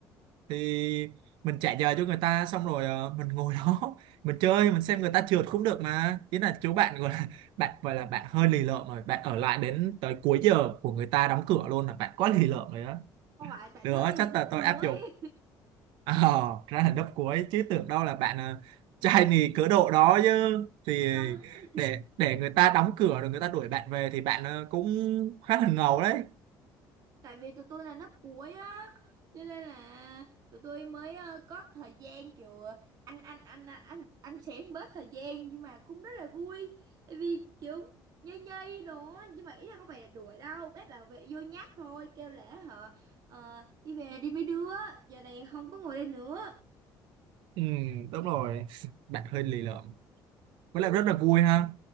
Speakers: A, on the right; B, on the right.
A: thì mình trả giờ cho người ta xong rồi ờ, mình ngồi đó <laughs> mình chơi mình xem người ta trượt cũng được mà ý là chú bạn gọi là <laughs> bạn gọi là bạn hơi lì lợm rồi bạn ở lại đến tới cuối giờ của người ta đóng cửa luôn là bạn quá lì lợm rồi đó
B: không phải tại
A: được
B: lớp tôi
A: chắc
B: là lớp
A: là tôi
B: cuối
A: áp dụng Ờ, <laughs> ra là đớp cuối chứ tưởng đâu là bạn ờ, trai nì cớ độ đó chứ thì
B: không
A: để để người ta đóng cửa rồi người ta đuổi bạn về thì bạn ờ, cũng khá là ngầu đấy
B: tại vì tụi tôi là lớp cuối á cho nên là tụi tôi mới ờ, có thời gian kiểu ờ, anh anh anh anh anh anh xén bớt thời gian nhưng mà cũng rất là vui tại vì kiểu nhây nhây đồ á, nhưng mà ý là không phải là đuổi đâu bác bảo vệ vô nhắc thôi kêu lễ hả ờ, đi về đi mấy đứa giờ này không có ngồi đây nữa
A: ừ đúng rồi <laughs> bạn hơi lì lợm với lại rất là vui ha